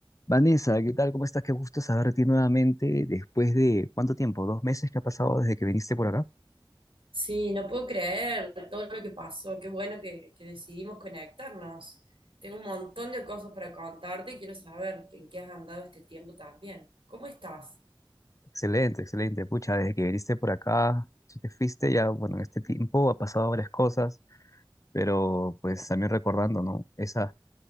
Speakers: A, on the left; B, on the right.
A: Vanessa, ¿qué tal? ¿Cómo estás? Qué gusto saber de ti nuevamente después de ¿cuánto tiempo? ¿Dos meses que ha pasado desde que viniste por acá?
B: Sí, no puedo creer todo lo que pasó. Qué bueno que, que decidimos conectarnos. Tengo un montón de cosas para contarte y quiero saber que- en qué has andado este tiempo también. ¿Cómo estás?
A: Excelente, excelente. Pucha, desde que viniste por acá, si te fuiste ya, bueno, en este tiempo ha pasado varias cosas, pero pues también recordando, ¿no? Esa,